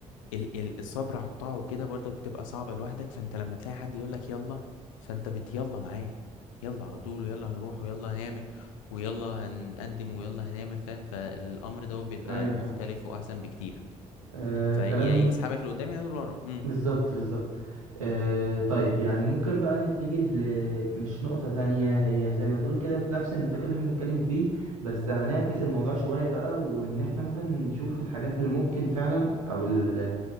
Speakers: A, on the left; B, on the right.
A: ال ال الصبر على الطاعة وكده برضك بتبقى صعبة لوحدك فانت لما تلاقي حد يقولك يلا فانت بتيلا معاه يلا على طول ويلا هنروح ويلا هنعمل ويلا هنقدم ويلا هنعمل فاهم فالأمر ده بيبقى
B: ايوه فاهم
A: مختلف وأحسن بكتير
B: آه
A: فيسحبك
B: كلام
A: لقدام يا لورا امم
B: بالظبط بالظبط آه طيب يعني ممكن بقى نتجه ل مش نقطة تانية هي زي ما تقول كده في نفس النطاق اللي احنا بنتكلم فيه بس هنعكس
A: امم
B: الموضوع شوية بقى وإن إحنا مثلا نشوف الحاجات اللي ممكن فعلا أو ال